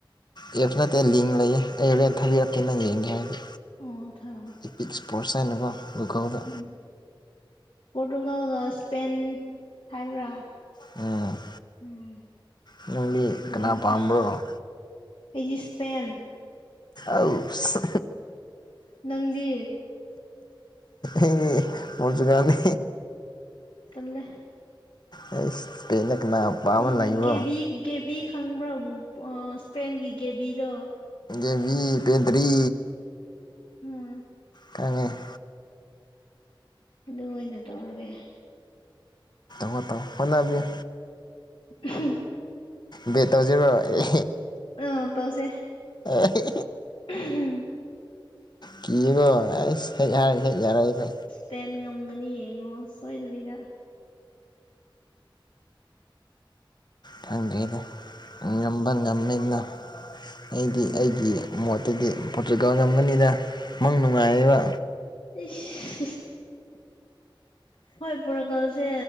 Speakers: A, on the left; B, on the left.
A: ꯑꯦꯞꯁ ꯅꯠꯇꯦ ꯂꯤꯡ ꯂꯩꯌꯦ ꯑꯩ ꯍꯣꯔꯦꯟ ꯊꯥꯕꯤꯔꯛꯀꯦ ꯅꯪ ꯌꯦꯡꯒꯦ ꯍꯥꯏꯔꯗꯤ
B: ꯑꯣ ꯊꯥꯔꯛꯑꯣ
A: ꯏꯄꯤꯛ ꯏꯁꯄꯣꯔꯁ ꯍꯥꯏꯅꯀꯣ ꯒꯨꯒꯜꯗ
B: ꯎꯝ ꯄꯣꯔꯇꯨꯒꯜꯒ ꯏꯁꯄꯦꯟ ꯍꯥꯏꯕ꯭ꯔꯥ
A: ꯎꯝ
B: ꯎꯝ
A: ꯅꯪꯗꯤ ꯀꯅꯥ
B: ꯌꯦꯡꯒꯦ
A: ꯄꯥꯝꯕ꯭ꯔꯣ
B: ꯑꯩꯗꯤ ꯏꯁꯄꯦꯟ
A: ꯑꯧꯁ
B: ꯅꯪꯗꯤ
A: ꯑꯩ ꯃꯣꯖꯨꯂꯥꯅꯤ
B: ꯇꯜꯂꯦ
A: ꯑꯩꯁ ꯄꯦꯟꯗ ꯀꯅꯥ ꯄꯥꯝꯃ
B: ꯑꯩꯗꯤ
A: ꯂꯩꯕ꯭ꯔꯣ
B: ꯒꯦꯕꯤ ꯒꯦꯕꯤ ꯈꯪꯕ꯭ꯔꯥ ꯑ ꯁꯄꯦꯟꯒꯤ ꯒꯦꯕꯤꯗꯣ꯫
A: ꯒꯦꯕꯤ ꯄꯦꯗ꯭ꯔꯤ
B: ꯎꯝ
A: ꯈꯪꯉꯦ ꯫
B: ꯗꯨ ꯑꯣꯏꯅ ꯇꯧꯔꯒꯦ꯫
A: ꯍꯣ ꯇꯧ ꯍꯣꯠꯅꯕꯤꯌ
B: ꯎꯝ
A: ꯕꯦꯠꯇꯜ ꯁꯤꯔꯣ ꯑꯦ
B: ꯑꯥ ꯇꯧꯁꯦ
A: ꯑꯦ
B: ꯎꯝ
A: ꯀꯤꯒꯣ ꯑꯩꯁ ꯍꯦꯛ ꯍꯥꯏꯔꯒꯦ ꯍꯦꯛ ꯌꯥꯔꯛꯏꯗꯣ꯫
B: ꯇꯦꯟ ꯉꯝꯒꯅꯤ ꯌꯦꯡꯉꯣ ꯁꯣꯏꯗꯕꯤꯗ꯫
A: ꯈꯪꯗ꯭ꯔꯦꯗ ꯉꯝꯕ ꯉꯝꯃꯦꯗꯅ ꯑꯩꯗꯤ
B: ꯎꯝ
A: ꯑꯩꯒꯤ ꯃꯣꯠ ꯇꯗꯤ ꯄꯣꯔꯇꯨꯒꯜ ꯉꯝꯒꯅꯤꯗ ꯃꯪ ꯅꯨꯡꯉꯥꯏꯌꯦꯕ꯫
B: ꯏꯁ ꯁꯤ ꯁꯤ ꯫ ꯍꯣꯏ ꯄꯣꯔꯒꯜꯁꯦ